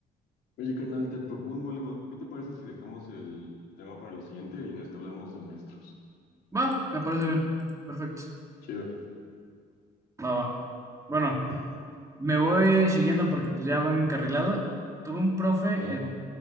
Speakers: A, on the left; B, on the right.
A: Oye, carnal, te propongo algo. ¿Qué te parece si dejamos el tema para lo siguiente y en este hablamos de maestros?
B: Va, me parece bien. Perfecto.
A: Chido.
B: Va, va. Bueno, Me voy siguiendo porque pues ya voy encarrilado. Tuve un profe
A: Ajá,
B: en,